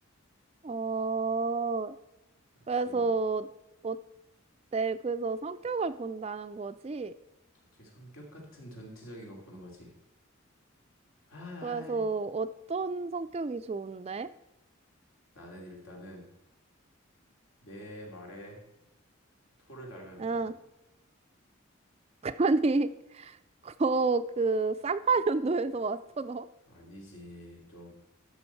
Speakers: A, on the right; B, on the left.
A: 어,
B: 그렇지.
A: 그래서, 어, 네, 그래서 성격을 본다는 거지.
B: 제 성격 같은 전체적인 걸 보는 거지. 아,
A: 그래서 어떤 성격이 좋은데?
B: 나는 일단은 내 말에 토를 달면 안
A: 응,
B: 돼.
A: <laughs> 아니, 그, 그, 쌍파년도에서 왔어, 너?
B: 아니지, 좀.